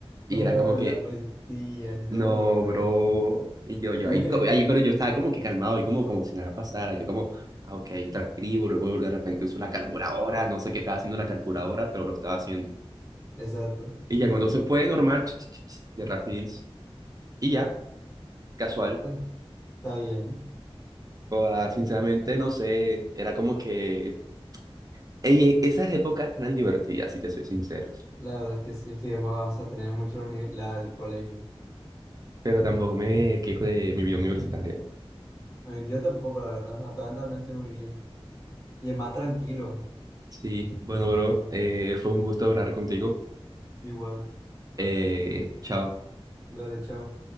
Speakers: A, on the right (about 35°); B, on the left (about 30°).
A: y
B: Oh,
A: era
B: no,
A: como que,
B: la policía, no.
A: no, bro, y yo, yo
B: <laughs>
A: ahí, co- ahí, pero yo estaba como que calmado y como, como si nada pasara, yo como... ah, Ok, yo transcribo, luego de repente uso la calculadora, no sé qué estaba haciendo la calculadora, pero lo estaba haciendo.
B: Exacto.
A: Y ya cuando se fue, normal, ch, ch, ch, ch, de rapidez. Y ya, casual.
B: Está, está bien.
A: O sea, sinceramente, no sé, era como que... Ey, esas épocas eran divertidas, si te soy sincero.
B: La verdad es que sí, es que vas a tener mucho la uni- la- el colegio.
A: Pero tampoco me quejo de mi vida universitaria.
B: A mi tío tampoco, la verdad. A todas también estoy muy bien. Y es más tranquilo.
A: Sí, bueno, bro, eh, fue un gusto hablar contigo.
B: Igual.
A: Eh, chao.
B: Dale, chao.